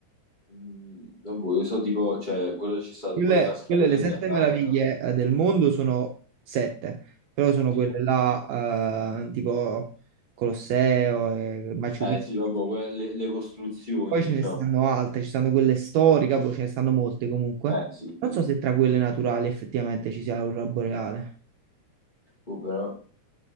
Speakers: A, on the left; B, on the right.
A: Mm, vabbè, io so tipo, cioè, quello ci sta,
B: Quelle,
A: tipo le cascatelle,
B: quelle, le sette
A: Niagara.
B: meraviglie eh, del mondo sono sette, però sono
A: Sì.
B: quelle là, eh, tipo Colosseo e Machu
A: Eh
B: Picchu.
A: sì, vabbè, que- le, le costruzioni,
B: Poi ce
A: diciamo.
B: ne stanno altre, ci stanno quelle storiche, poi ce ne stanno molte comunque.
A: Eh sì,
B: Non
A: sì.
B: so se tra quelle naturali effettivamente ci sia l'aurora boreale.
A: Oh, però...